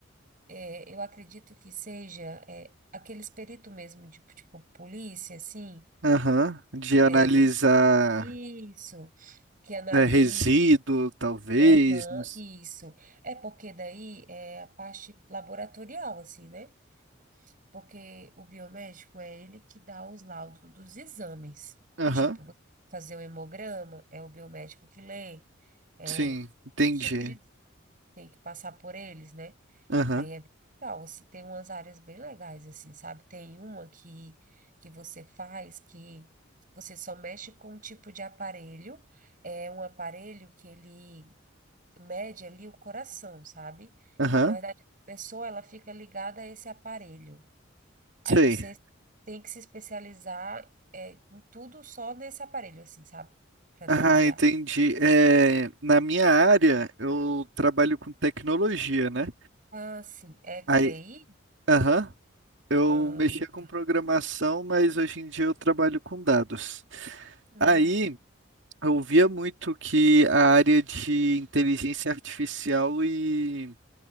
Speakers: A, on the right (about 40°); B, on the right (about 65°).
A: é, eu acredito que seja é, aqueles peritos mesmo, de, tipo, polícia, assim,
B: Aham, de analisar
A: é, você- isso, que analisa,
B: né, resíduo, talvez.
A: aham,
B: nos-
A: isso. É porque daí é a parte laboratorial, assim, né? Porque o biomédico é ele que dá os laudos dos exames.
B: Aham,
A: Tipo, você fazer o hemograma, é o biomédico que lê, é,
B: sim, entendi.
A: os tipos de... tem que passar por eles, né?
B: Aham,
A: Aí é bem legal, assim, tem umas áreas bem legais, assim, sabe? Tem uma que, que você faz que você só mexe com um tipo de aparelho, é um aparelho que ele mede ali o coração, sabe?
B: aham,
A: Na verdade, a pessoa, ela fica ligada a esse aparelho. Aí
B: sei.
A: você tem que se especializar, é, em tudo só nesse aparelho, assim, sabe? Para trabalhar.
B: Ah, entendi. É, na minha área, eu trabalho com tecnologia, né?
A: Ah, sim, é que
B: Aí,
A: TI?
B: aham, eu
A: Ah,
B: mexia com
A: tá.
B: programação, mas hoje em dia eu trabalho com dados.
A: Ah,
B: Aí, eu via muito que a área de inteligência artificial e